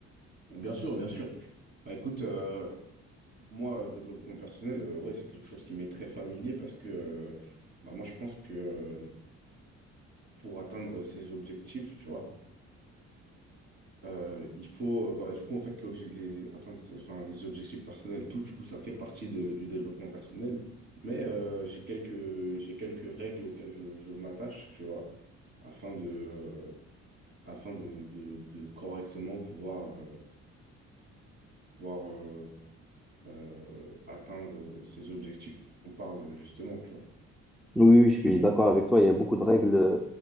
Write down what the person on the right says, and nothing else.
Bien sûr, bien sûr. Bah, écoute, euh, moi, euh, développement personnel, euh, ouais, c'est quelque chose qui m'est très familier parce que euh, bah, moi, je pense que euh, pour atteindre ses objectifs, tu vois, euh, il faut, euh, bah, du coup, en fait, l'objet, les- atteindre enfin, des objectifs personnels et tout, du coup, ça fait partie de- du développement personnel. Mais euh, j'ai quelques, j'ai quelques règles auxquelles je, je m'attache, tu vois, afin de, euh, afin de, de- de correctement pouvoir, euh, pouvoir euh, euh, atteindre ces objectifs dont on parle justement, tu vois.